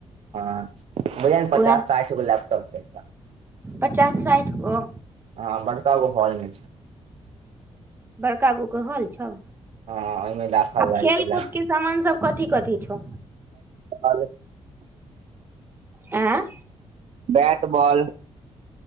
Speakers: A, on the right; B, on the right.
A: हँ बुझो ने पचास
B: उएह
A: साठि गो लैपटॉप छैय इकरा।
B: पचास साठि गो।
A: हँ बड़का गो हॉलमे छैय।
B: बड़का गो के हॉल छौ।
A: हँ ओहिमे राखल
B: आ
A: रहै
B: खेल
A: छैय
B: कूद
A: लैप
B: के सामान सब कथी कथी छौ।
A: हलो।
B: आँ।
A: बैट बॉल